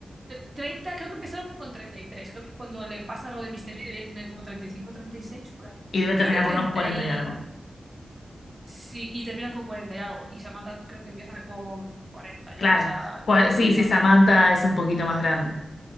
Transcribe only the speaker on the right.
tre- 30, creo que empezaron con 33 creo que cuando le pasa lo de Mister B debía tener como treinta treinta y cinco treinta y seis por ahí.
Creo
que 30
y...
Sí, y terminan con 40 y algo. Y Samantha creo que empieza con 40 ya,
o sea, ya
era bastante
más
mayor.